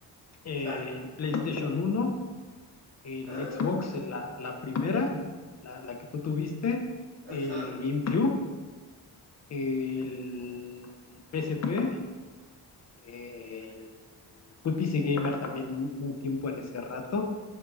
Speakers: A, on the left; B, on the right.
A: eh,
B: claro.
A: el PlayStation uno el
B: Ah,
A: Xbox, la, la primera, la, la que tú tuviste,
B: ajá.
A: el GameCube, el P PSP, el... Fui PC Gamer también un un tiempo en ese rato